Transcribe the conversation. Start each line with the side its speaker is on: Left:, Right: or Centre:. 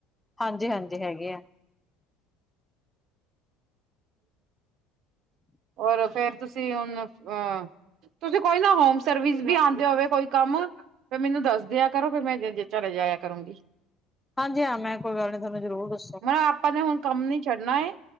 Centre: ਹਾਂਜੀ-ਹਾਂਜੀ, ਹੈਗੇ ਐ।
Right: ਔਰ ਫੇਰ ਤੁਸੀਂ ਹੁਣ ਅ ਤੁਸੀਂ ਕੋਈ ਨਾ ਹੋਮ ਸਰਵਿਸ ਵੀ ਆਂਦੇ ਹੁਵੇ ਕੋਈ ਕੰਮ ਫੇਰ ਮੈਨੂੰ ਦੱਸ ਦਿਆ ਕਰੋ ਫੇਰ ਮੈਂ ਜਂਜੇ ਚੱਲੇ ਜਾਇਆ ਕਰੂੰਗੀ।
Centre: ਹਾਂਜੀ ਹਾਂ, ਮੈਂ ਕੋਈ ਗੱਲ ਨੀ ਥਾਨੂੰ ਜਰੂਰ ਦੱਸ
Right: ਮੈਂ ਆਪਾਂ ਨੇ ਹੁਣ ਕੰਮ ਨੀ ਛੱਡਣਾ ਏ।